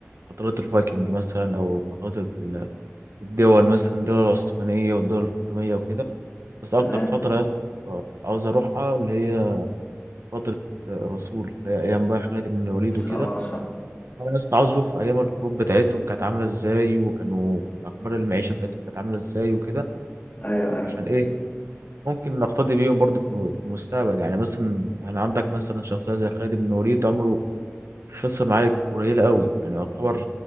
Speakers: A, on the right; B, on the left.
A: فترات الفايكنج مثلا او فترات ال- الدول مثلا الدول العثمانيه والدول الفاطميه وكده بس اكتر
B: تمام
A: فتره يا اسطى عاوز اروحها اللي هي فتره الرسول اللي هي ايام بقى خالد بن الوليد وكده
B: سلام
A: انا بس عاوز اشوف ايام الحروب بتاعتهم كانت عامله ازاي وكانوا اخبار المعيشه بتاعتهم كانت عامله ازاي وكده
B: ايوه ايوه
A: عشان ايه ممكن نقتدي بيهم برضه في الم- في المستقبل يعني مثلا يعني عندك مثلا شخصيه زي خالد بن وليد عمره خسر معارك قليله قوي يعني يعتبر